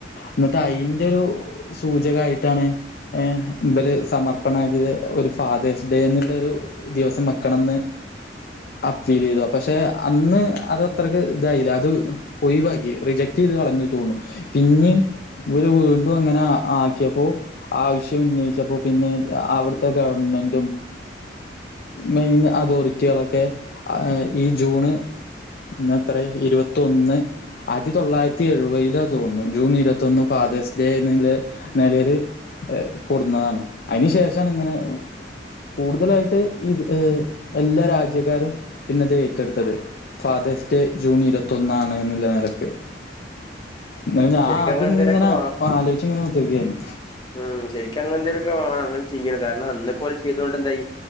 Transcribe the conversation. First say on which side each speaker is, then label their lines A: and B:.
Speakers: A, on the left; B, on the left.
A: എന്നിട്ട് അയിന്റെ സൂചക ആയിട്ടാണ്. ഏ മ്പല് സമർപ്പണ ആകിയത് ഒരു ഫാതേഴ്സ് ഡേ എന്നുള്ള ഒരു ദിവസം വെക്കണന്ന്. അ ഫീൽ ചെയ്തു. പക്ഷെ അന്ന് അത് അത്രക്ക് ഇതായില്ല അത്. ഒഴിവാക്കി റിജക്ട് ചെയ്ത് കളഞ്ഞു തോന്നുന്നു, പിന്നേ ഇവര് വീണ്ടും അങ്ങനെ ആക്കിയപ്പോ ആവശ്യം ഉന്നയിച്ചപ്പോ പിന്നെ അവിടുത്തെ ഗവൺമെന് മെന്റും മെയിൻ അതോറ്റികളൊക്കെ ഈ ജൂൺ ഇന്ന് എത്ര ഇരുപത്തി ഒന്ന് ആയിരത്തി തൊള്ളായിരത്തി എഴുപതിൽ ആണെന്ന് തോന്നുന്നു. ജൂൺ ഇരുപത്തിയൊന്ന് ഫാതേഴ്സ് ഡേ എന്നെ നിലയിൽ കൂടുന്നതാണ് അതിനു ശേഷമാണ് ഇങ്ങനെ കൂടുതലായിട്ട് ഇത് ഏർ എല്ലാ രാജ്യക്കാരും പിന്നെത് ഏറ്റെടുത്തത്. ഫാദർഴ്സ് ഡേ ജൂൺ ഇരുപത്തൊന്നാണ്നുള്ള നിലക്ക് ങ്ങഹ് ഞാ
B: ശരിക്കും
A: അതിങ്ങനെ
B: അങ്ങനെ എന്തേലൊക്കെ
A: ആലോചിച്ങ്ങനെ കുത്തി ർക്കായിരുന്നു.
B: ആമ് ശരിക്കും അങ്ങെന്തൊങ്കിലൊക്കെ വേണം അങ്ങനെ ചെയ്യാൻ കാരണം അന്നെപ്പോലെ ചെയ്തോണ്ട് എന്തായി